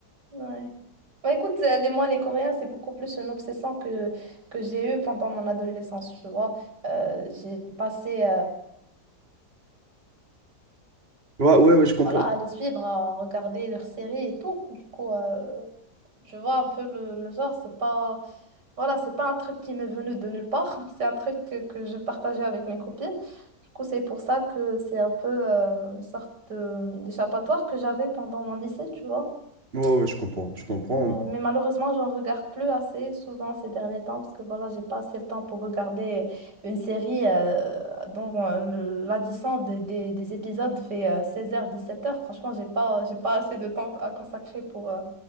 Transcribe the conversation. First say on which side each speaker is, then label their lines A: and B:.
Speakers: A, on the right; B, on the right.
A: Ouais. Bah écoute, euh, les, moi, les Coréens, c'est beaucoup plus une obsession que, que j'ai eue pendant mon adolescence, tu vois. Euh, j'ai passé euh,
B: Ouais, ouais, ouais, je comprends.
A: voilà, à les suivre, à regarder leurs séries et tout. Du coup, euh, tu vois, un peu le, le genre, c'est pas, voilà, c'est pas un truc qui m'est venu de nulle part. <laughs> C'est un truc que, que je partageais avec mes copines. Du coup, c'est pour ça que c'est un peu euh, une sorte de- d'échappatoire que j'avais pendant mon lycée, tu vois.
B: Ouais, ouais, je comprends, je comprends.
A: Ouais, mais malheureusement, j'en regarde plus assez souvent ces derniers temps parce que voilà, j'ai pas assez le temps pour regarder euh, une série euh, dont euh, le- l'addition des, des- des épisodes fait euh, 16h, 17h. Franchement, j'ai pas, j'ai pas assez de temps à consacrer pour, euh,